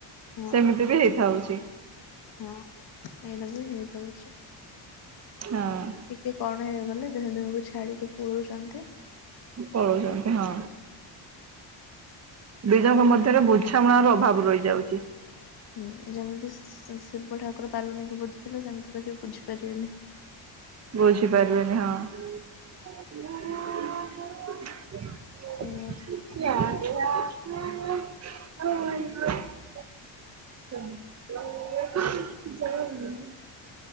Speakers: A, on the left; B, on the right.
A: ହଁ
B: ସେମିତି
A: ସେଇଟା
B: ବି ହେଇଥାଉଛି।
A: ହଁ ଏଇଟା ବି ହେଇଥାଉଛି।
B: ହଁ।
A: ଟିକେ କଣ ହେଇଗଲେ ଦେହ ଦେହକୁ ଛାଡିକି ପୋଡଛନ୍ତି।
B: ପଳଉଛନ୍ତି ହଁ ଦି
A: ସବୁ
B: ଜଣଙ୍କ ମଧ୍ୟରେ ବୁଝ ବୁଝାମଣା ର ଅଭାବ ରହିଯାଉଛି।
A: ହୁଁ ଯେମିତି ଶିବ ଠାକୁର ପାର୍ବତୀଙ୍କୁ ବୁଝିଥିଲେ ସେମିତି ଯଦି ବୁଝିପାରିବେନି।
B: ବୁଝିପାରିବେନି ହଁ। ହଉ
A: ସେଇଆ
B: <unintelligible> ହ ଯଣ <inaudible>